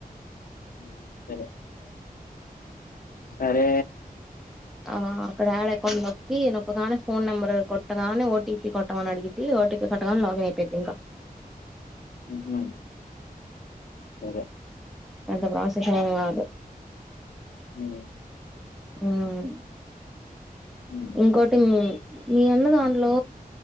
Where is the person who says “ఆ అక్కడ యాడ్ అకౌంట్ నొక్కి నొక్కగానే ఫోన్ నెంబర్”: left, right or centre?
Centre